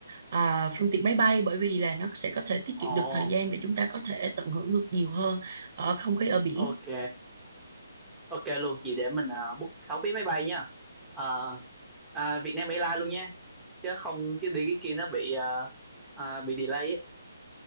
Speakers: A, on the right; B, in the centre.
A: à, phương tiện máy bay bởi vì là nó sẽ có thể tiết
B: Ồ,
A: kiệm được thời gian để chúng ta có thể tận hưởng được nhiều hơn ở không khí ở biển.
B: ok. Ok luôn chị để mình à, book 6 vé máy bay nha. Ờ, à, Vietnam Airlines luôn nha. Chứ không chứ đi cái kia nó bị ờ, ờ, bị delay ấy.